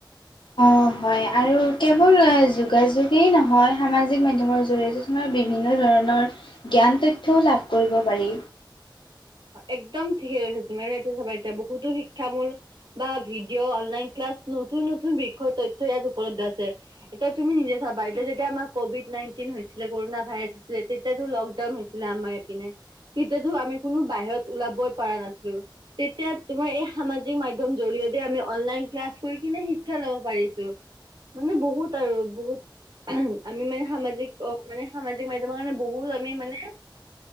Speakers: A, on the left (about 70°); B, on the right (about 65°).
A: অঁ হয় আৰু কেৱল যোগাযোগেই নহয়, সামাজিক মাধ্যমৰ জৰিয়তে তোমাৰ বিভিন্ন ধৰণ ধৰণৰ জ্ঞান তথ্যও লাভ কৰিব পাৰি
B: একদম ঠিকে কৈছা, তুমি এতিয়া চাবা এতিয়া বহুতো শিক্ষা মূল বা ভিডিঅ' অনলাইন ক্লাছ নতুন নতুন বিষয় তথ্য ইয়াত উপলব্ধ আছে, এতিয়া তুমি নিজে চাবা, এতিয়া যেতিয়া আমাৰ কভিড নাইট বহুত দিন হৈছিলে, কৰুণা ভাইৰাছ তেতিয়াটো লকডাউন হৈছিলে আমাৰ এপিনে, তেতিয়াটো আমি কোনো বাহিৰত ওলাবই পৰা নাছিলো তেতিয়া তোমাৰ এই সামাজিক মাধ্যম জৰিয়তে আমি অনলাইন ক্লাছ কৰি কিনে শিক্ষা লব পাৰিছোঁ। মানে বহুত আৰু বহুত আমি মানে সামাজিক, অ মানে সামাজিক মাধ্যমৰ কাৰণে বহুত আমি মানে